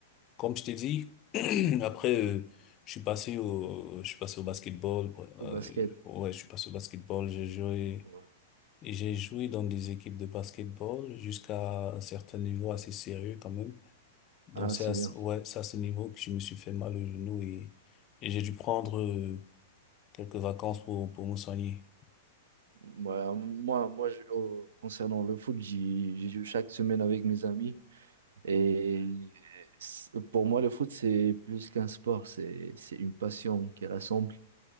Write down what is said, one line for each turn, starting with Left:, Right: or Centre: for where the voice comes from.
Left: Comme je t'ai dit, <clears throat> après, euh, je suis passé au, je suis passé au basketball. ouais, Euh,
Right: au basket.
Left: ouais, je suis passé au basketball. J'ai joué,
Right: Ouais.
Left: j'ai joué dans des équipes de basketball jusqu'à un certain niveau assez sérieux quand même. Donc
Right: Ah,
Left: c'est
Right: c'est
Left: à,
Right: bien.
Left: ce- ouais, c'est à ce niveau que je me suis fait mal au genou et, et j'ai dû prendre euh, quelques vacances pour, pour me soigner.
Right: Ouais, moi, moi, je- au- concernant le foot, j'y j'y joue chaque semaine avec mes amis. Et c- pour moi, le foot, c'est plus qu'un sport, c'est, c'est une passion qui rassemble.